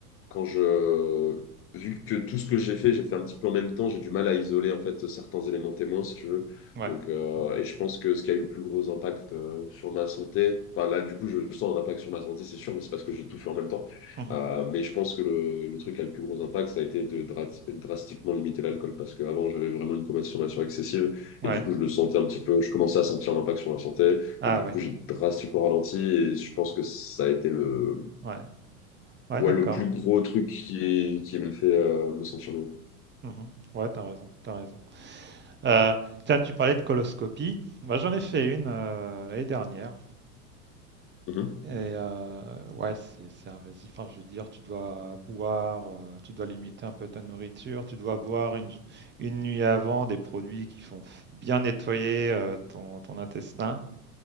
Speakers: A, on the left; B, on the right.
A: quand je... Vu que tout ce que j'ai fait, j'ai fait un petit peu en même temps, j'ai du mal à isoler en fait certains éléments témoins, si tu veux.
B: Ouais.
A: Donc, euh, et je pense que ce qui a eu le plus gros impact euh, sur ma santé, enfin là, du coup, je sens un impact sur ma santé, c'est sûr, mais c'est parce que j'ai tout fait en même temps.
B: Mmh
A: Euh, mais je pense que le, le truc qui a le plus gros impact, ça a été de dra- drastiquement limiter l'alcool, parce qu'avant, j'avais vraiment une consommation excessive,
B: Ouais.
A: et du coup, je le sentais un petit peu, je commençais à sentir l'impact sur ma santé.
B: Ah
A: Et du
B: oui.
A: coup, j'ai drastiquement ralenti et je pense que ça a été le,
B: Ouais. Ouais,
A: ouais,
B: d'accord.
A: le plus gros truc qui, qui me fait euh, me sentir mieux.
B: Mmh Ouais, t'as raison, t'as raison. Heu, tiens, tu parlais de coloscopie. Moi, j'en ai fait une, heu, l'année dernière
A: Mhm.
B: et heu, ouais, c'est c'est invasif. Enfin, je veux dire, tu dois boire, heu, tu dois limiter un peu ta nourriture, tu dois boire une une nuit avant des produits qui font bien nettoyer, heu, ton ton intestin